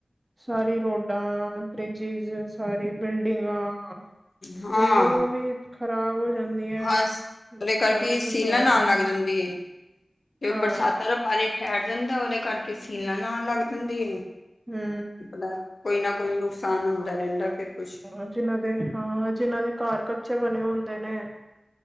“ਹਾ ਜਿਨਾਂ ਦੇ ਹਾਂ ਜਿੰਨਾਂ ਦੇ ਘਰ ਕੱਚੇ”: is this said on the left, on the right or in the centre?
Right